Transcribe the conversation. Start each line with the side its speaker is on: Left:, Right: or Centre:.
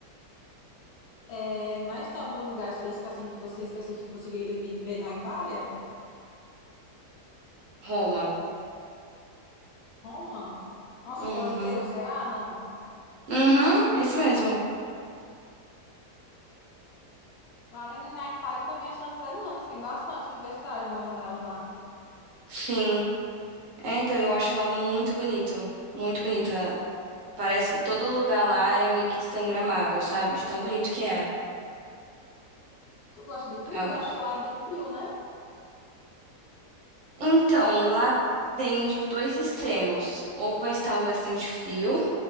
Left: É, mas tem alguns lugares turísticos, assim, que você específico que você queria vi- ver na Itália?
Right: Roma.
Left: Roma? Nossa,
Right: Uhum.
Left: o Coliseu, será? Não.
Right: Uhum, isso mesmo.
Left: Lá nem na Itália também é tantos italianos, tem bastante diversidade, na verdade, lá.
Right: Sim. É, então eu acho lá muito bonito. Muito bonito. É, Parece que todo lugar lá é meio que instagramável, sabe? De tão bonito que é.
Left: Tu gosta de frio?
Right: É,
Left: Porque eu acho que lá é bem frio, né?
Right: Então, lá tem os dois extremos. Ou vai estar bastante frio,